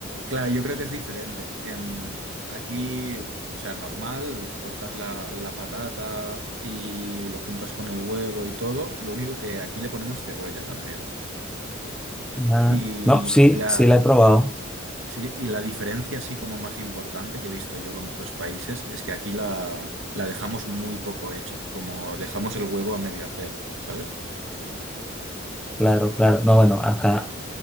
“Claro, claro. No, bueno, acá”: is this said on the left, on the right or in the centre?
Centre